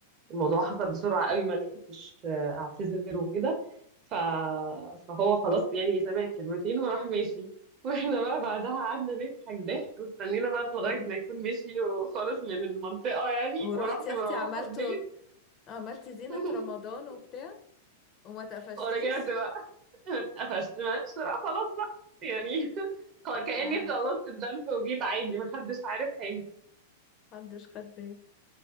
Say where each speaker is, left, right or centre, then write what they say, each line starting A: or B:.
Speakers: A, on the right; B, on the left.
A: الموضوع حصل بسرعه قوي ما لحقتش اعتذر وكده ف... فهو خلاص يعني سمع الكلمتين وراح ماشي واحنا بقى بعدها قعدنا نضحك ضحك واستنينا بقى لغايه
B: طب
A: ما يكون مشي وخالص من المنطقه يعني
B: ورحتي
A: ورحت
B: يا
A: مروحه
B: اختي عملته
A: البيت
B: عملتي زينة
A: <laughs>
B: رمضان وبتاع وما تقفشتيش
A: ورجعت بقى اتقفشت ماشي لا خلاص بقى يعني <laughs> خلاص كأني
B: عن-
A: خلصت الدرس وجيت عادي محدش عارف حاجة
B: محدش خد بالي